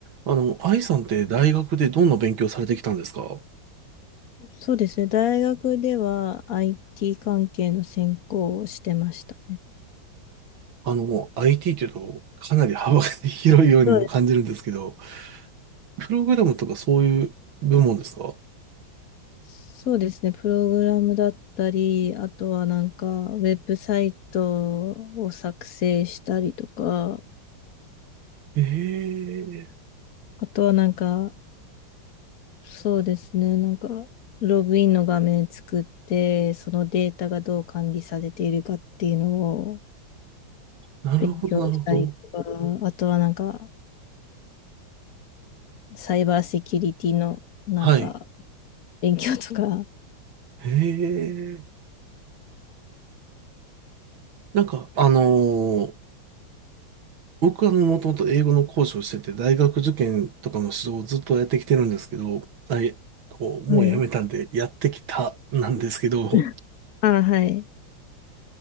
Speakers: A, on the right (about 80°); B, on the left (about 50°).
A: あの、愛さんって大学でどんな勉強されてきたんですか
B: そうですね。大学では IT 関係の専攻をしてましたね。
A: あの、IT というとかなり幅が <laughs> 広いようにも感じるんですけど、
B: はい。
A: プログラムとかそういう部門ですか
B: そうですね。プログラムだったり、あとはなんか、ウェブサイトを作成したりとか、
A: ええ
B: あとはなんか、そうですね。なんか、ログインの画面作って、そのデータがどう管理されているかっていうのを
A: ー、なるほど、
B: 勉強したりとか、
A: なるほど。
B: あとはなんか、サイバーセキュリティのなんか、
A: はい。
B: 勉強とか、
A: ええなんか、あのー僕はもともと英語の講師をしてて、大学受験とかの指導をずっとやってきてるんですけど、あ、いえもうやめたんで、
B: はい。
A: やってきたなんですけど、
B: <laughs> ああ、はい。